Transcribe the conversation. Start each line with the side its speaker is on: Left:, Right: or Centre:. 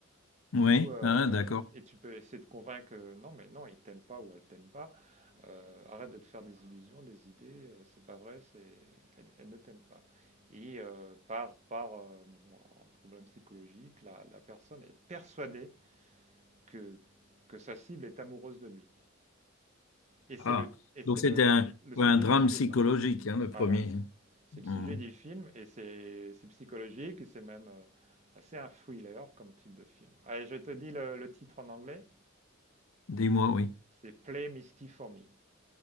Left: Oui,
Right: Où, euh,
Left: hein, d'accord.
Right: et tu peux essayer de convaincre, euh, non mais non, il t'aime pas ou elle t'aime pas, Euh, arrête de te faire des illusions, des idées, euh, c'est pas vrai, c'est, elle, elle ne t'aime pas. Et euh, par, par euh, bon, un problème psychologique, la, la personne est persuadée que, que sa cible est amoureuse de lui. Et c'est
Left: Ah,
Right: le, et c'est
Left: donc c'était
Right: le,
Left: un,
Right: le
Left: ouais,
Right: sujet
Left: un drame
Right: du film.
Left: psychologique, hein, le premier.
Right: Voilà, c
Left: hein.
Right: c'est le
Left: Hum,
Right: sujet du film et c'est c'est psychologique et c'est même, heu, assez un thriller comme type de film. Allez, je te dis le le titre en anglais,
Left: Dis-moi, oui.
Right: c'est Play Misty for Me.